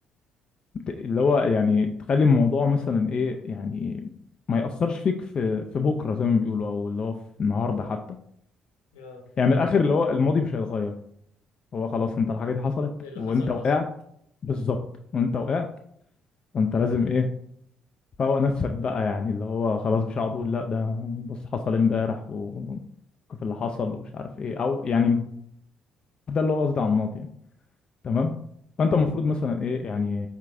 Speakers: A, on the left; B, on the left.
A: ت- اللي هو يعني تخلي الموضوع مثلا ايه يعني ما يأثرش فيك في في بكره زي ما بيقولوا او اللي هو في النهارده حتى
B: اه
A: يعني من الاخر اللي هو الماضي مش هيتغير هو خلاص انت الحاجه دي حصلت
B: اللي
A: وانت
B: حصل
A: وقعت
B: حصل
A: بالظبط وانت وقعت فانت لازم ايه تفوق نفسك بقى يعني اللي هو خلاص مش هقعد اقول لا ده بص حصل امبارح وكيف اللي حصل ومش عارف ايه او يعني ده اللي هو قصدي على الماضي يعني تمام فانت المفروض مثلا ايه يعني